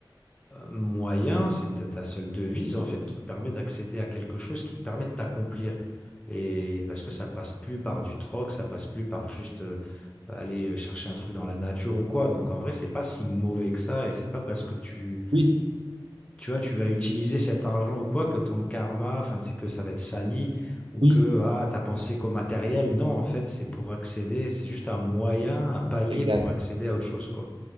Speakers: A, on the left (about 15°); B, on the right (about 85°).
A: euh, moyen, c'est ta ta seule devise en fait qui te permet d'accéder à quelque chose qui te permet de t'accomplir. Et parce que ça passe plus par du troc, ça passe plus par juste euh, aller chercher un truc dans la nature ou quoi. Donc en vrai, c'est pas si mauvais que ça et c'est pas parce que tu
B: Oui,
A: tu vois, tu vas utiliser cet argent ou quoi que ton karma, enfin tu sais que ça va être sali ou
B: oui,
A: que ah, t'as pensé qu'au matériel. Non, en fait, c'est pour accéder, c'est juste un moyen, un palier
B: exact.
A: pour accéder à autre chose quoi.